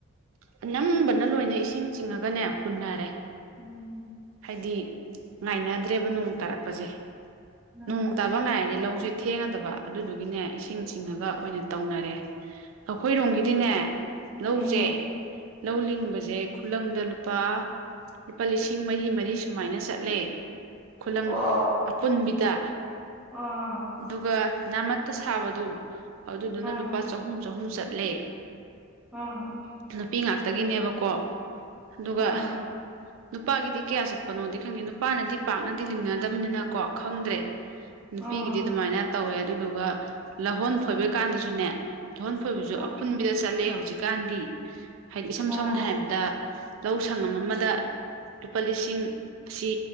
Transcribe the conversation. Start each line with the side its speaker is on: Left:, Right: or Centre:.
Right: ꯑꯅꯝꯕꯅ ꯂꯣꯏꯅ ꯏꯁꯤꯡ ꯆꯤꯡꯉꯒꯅꯦ ꯐꯨꯟꯅꯔꯦ
Centre: ꯎꯝ
Right: ꯑꯩꯗꯤ ꯉꯥꯏꯅꯗ꯭ꯔꯦꯕ ꯅꯣꯡ ꯇꯥꯔꯛꯄꯖ‌ꯦ
Centre: ꯎꯝ
Right: ꯅ‌ꯣꯡ ꯇꯥꯕ ꯉꯥꯏꯔꯗꯤ ꯂꯧꯖ‌ꯦ ꯊꯦꯡꯉꯗꯕ ꯑꯗꯨꯗꯨꯒꯤꯅꯦ ꯏꯁꯤꯡ ꯆꯤꯡꯉꯒ ꯑꯣꯏꯅ ꯇꯧꯅꯔꯦ ꯑꯈꯣꯏ ꯔꯣꯝꯒꯤꯗꯤꯅꯦ ꯂꯧꯖ‌ꯦ
Centre: ꯎꯝ
Right: ꯂꯧ ꯂꯤꯡꯕꯖ‌ꯦ ꯈꯨꯂꯪꯗ ꯂꯨꯄꯥ ꯂꯨꯄꯥ ꯂꯤꯁꯤꯡ ꯃꯔꯤ ꯃꯔꯤ ꯁꯨꯃꯥꯏꯅ ꯆꯠꯂꯦ ꯈꯨꯂꯪ
Centre: ꯑꯣ
Right: ꯑꯄꯨꯟꯕꯤꯗ
Centre: ꯑꯥ
Right: ꯗꯨꯒ ꯅꯥꯃꯠꯇ ꯁꯥꯕꯗꯣ ꯑꯗꯨꯗꯨꯅ
Centre: ꯑꯥ
Right: ꯂꯨꯄꯥ ꯆꯍꯨꯝ ꯆꯍꯨꯝ ꯆꯠꯂꯦ
Centre: <unintelligible>
Right: ꯄꯤ ꯉꯥꯛꯇꯒꯤ ꯅꯦꯕꯀꯣ ꯑꯗꯨꯒ
Centre: ꯑꯥ
Right: ꯅꯨꯄꯥꯒꯤꯗꯤ ꯀꯌꯥ ꯆꯠꯄꯅꯣꯗꯤ ꯈꯪꯗꯦ ꯅꯨꯄꯥꯅꯗꯤ ꯄꯥꯛꯅꯗꯤ ꯂꯤꯡꯅꯗꯕꯅꯤꯅꯀꯣ ꯈꯪꯗ꯭ꯔꯦ ꯅꯨꯄꯤꯒꯤꯗꯤ
Centre: ꯑꯥ
Right: ꯑꯗꯨꯃꯥꯏꯅ ꯇꯧꯋꯦ ꯑꯗꯨꯗꯨꯒ ꯂꯍꯣꯟ ꯐꯣꯏꯕꯩ ꯀꯥꯟꯗꯖꯨꯅꯦ ꯂꯍ‌ꯣꯟ ꯐꯣꯏꯕꯖꯨ
Centre: ꯑꯥ
Right: ꯑꯄꯨꯟꯕꯤꯗ ꯆꯠꯂꯦ ꯍꯧꯖꯤꯛꯀꯥꯟꯗꯤ ꯍꯥꯏꯗꯤ ꯏꯁꯝ
Centre: ꯑꯣ
Right: ꯁꯝꯅ ꯍꯥꯏꯔꯕꯗ ꯂꯧ ꯁꯪꯉꯝ ꯑꯃꯥꯗ ꯂꯨꯄꯥ ꯂꯤꯁꯤꯡ ꯁꯤ